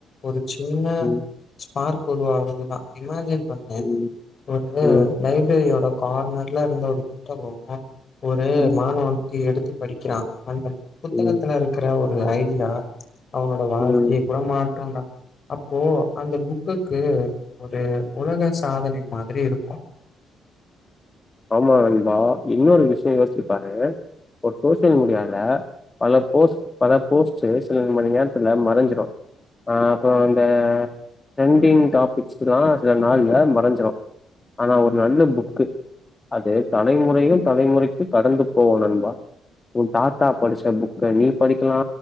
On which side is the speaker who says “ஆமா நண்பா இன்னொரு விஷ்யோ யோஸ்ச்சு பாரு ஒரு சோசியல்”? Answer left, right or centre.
Left